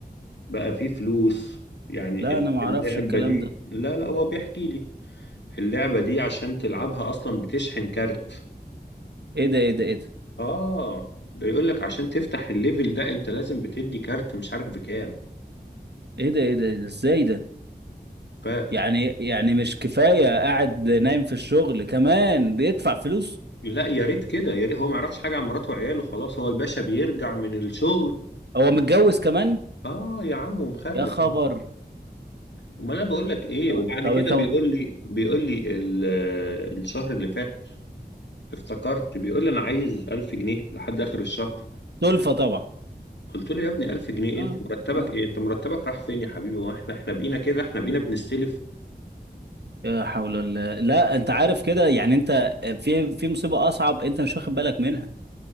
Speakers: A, on the left; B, on the right.
A: بقى فيه فلوس يعني
B: لا
A: ال-
B: انا ما اعرفش
A: اللعبة
B: الكلام
A: دي
B: ده
A: لا لا هو بيحكي لي اللعبة دي عشان تلعبها اصلا بتشحن كارت
B: ايه ده ايه ده ايه ده
A: اه ده يقول لك عشان تفتح الليفل ده انت لازم بتدي كارت مش عارف بكام
B: ايه ده ايه ده إيه ده؟ ازاي ده
A: فلا
B: يعني يعني مش كفاية قاعد نايم في الشغل كمان بيدفع فلوس
A: يا ريت كده يا ريت هو ما يعرفش حاجة عن مراته وعياله خلاص هو الباشا بيرجع من الشغل
B: هو متجوز كمان
A: اه يا عم ومخلف
B: يا خبر
A: ما انا بقول لك ايه
B: طب
A: وبعد
B: طب
A: كده
B: انت
A: بيقول
B: مت-
A: لي بيقول لي ال- آه، الشهر اللي فات افتكرت بيقول لي انا عايز 1000 جنيه لحد اخر الشهر
B: سلفة طبعا
A: قلت له يا ابني 1000 جنيه إيه؟
B: اه
A: انت مرتبك
B: اه
A: ايه انت مرتبك راح فين يا حبيبي واحنا احنا بقينا كده احنا بقينا بنستلف
B: لا حول الله لا انت عارف كده يعني انت في في مصيبة اصعب انت مش واخد بالك منها